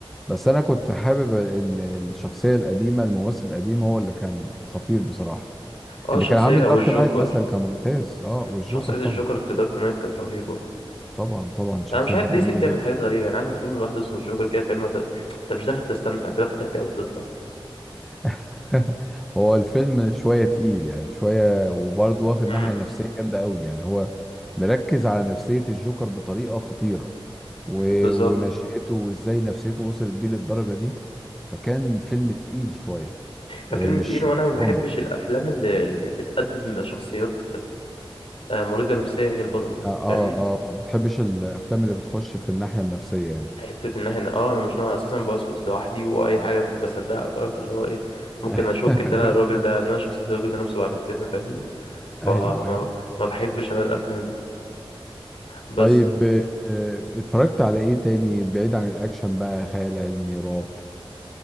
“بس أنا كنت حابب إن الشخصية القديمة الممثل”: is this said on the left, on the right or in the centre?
Centre